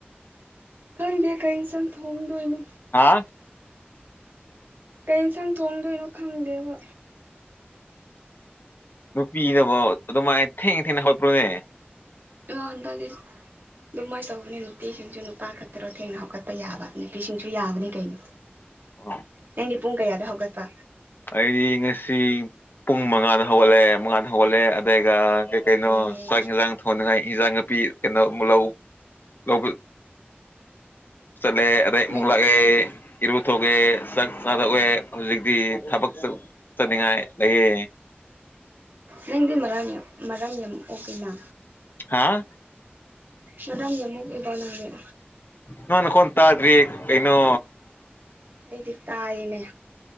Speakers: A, on the right; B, on the left.
A: ꯈꯪꯗꯦ ꯀꯩ ꯏꯟꯁꯪ ꯊꯣꯡꯗꯣꯏꯅꯣ
B: ꯍꯥ
A: ꯀꯩ ꯌꯦꯟꯁꯥꯡ ꯊꯣꯡꯗꯣꯏꯅꯣ ꯈꯪꯗꯦꯕ
B: ꯅꯨꯄꯤꯅꯐ ꯑꯗꯨꯃꯥꯏꯅ ꯊꯦꯡꯅ ꯊꯦꯡꯅ ꯍꯧꯠꯄ꯭ꯔꯣꯅꯦ
A: ꯑꯣ ꯑꯟꯗ ꯑꯗꯨꯗꯤ ꯑꯗꯨꯃꯥꯏꯅ ꯇꯧꯕꯅꯦ ꯅꯨꯄꯤꯁꯤꯡꯁꯨ ꯅꯨꯄꯥ ꯈꯛꯇꯔꯣ ꯊꯦꯡꯅ ꯍꯧꯒꯠꯄ ꯌꯥꯕ ꯅꯨꯄꯤꯁꯤꯡꯁꯨ ꯌꯥꯕꯅꯤ ꯀꯩꯅꯣ
B: ꯑꯣ
A: ꯅꯪꯗꯤ ꯄꯨꯡ ꯀꯌꯥꯗ ꯍꯧꯒꯠꯄ
B: ꯑꯩꯗꯤ ꯉꯁꯤ ꯄꯨꯡ ꯃꯉꯥꯗ ꯍꯧꯒꯠꯂꯦ ꯃꯉꯥꯗ ꯍꯧꯒꯠꯂꯦ ꯑꯗꯨꯒ ꯩ ꯀꯩꯅꯣ
A: ꯑꯦ
B: ꯆꯥꯛ ꯌꯦꯟꯖꯥꯡ ꯊꯣꯡꯅꯤꯉꯥꯏ ꯏꯟꯖꯥꯡ ꯅꯥꯄꯤ ꯀꯩꯅꯣꯂꯧ ꯂꯧꯕ ꯆꯠꯂꯦ ꯑꯩ ꯃꯛ
A: ꯅꯪ
B: ꯂꯥꯛꯦ ꯏꯔꯨ ꯊꯣꯛꯑꯦ ꯆꯥꯛ ꯆꯥꯗꯣꯛꯑꯦ ꯍꯧꯖꯤꯛꯇꯤ ꯊꯕꯛ ꯆꯅꯤꯡꯉꯥꯏ ꯂꯩꯌꯦ
A: ꯅꯪꯗꯤ ꯃꯔꯥꯡ ꯃꯔꯥꯡ ꯌꯥꯝꯃꯛꯛꯑꯣ ꯀꯦꯅꯥ
B: ꯍꯥ
A: ꯃꯗꯥꯝ ꯌꯦꯃꯨ ꯏꯕꯅ ꯍꯥꯏꯦ
B: ꯅꯅꯈꯣꯟ ꯇꯥꯗ꯭ꯔꯤ ꯀꯩꯅꯣ
A: ꯑꯩꯗꯤ ꯇꯥꯏꯔꯤꯅꯦ